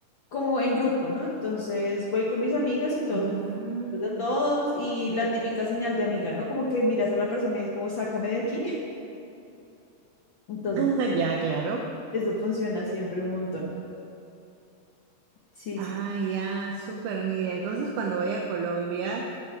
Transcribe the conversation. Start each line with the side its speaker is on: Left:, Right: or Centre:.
Left: como en grupo, ¿no? Entonces voy con mis amigas y todos
Right: Ujú. Mm.
Left: de todos y la típica señal de amiga, ¿no? Como que miras a la persona y es como, sácame de aquí. Entonces,
Right: <laughs> Ya, claro.
Left: eso funciona siempre un montón. Sí,
Right: Ah,
Left: sí.
Right: ya, súper Nidia. Entonces, cuando vaya a Colombia,